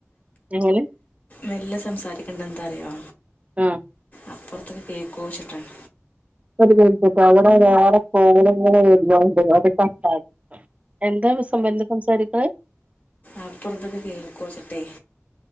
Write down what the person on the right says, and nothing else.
എങ്ങനെ
ആഹ
പിച്ചട്ട അവിടെ വേറെ പോണ വണ്ട് അത് ക <unintelligible> എന്താ സം എന്ത സംസാരിക്കുന്നത്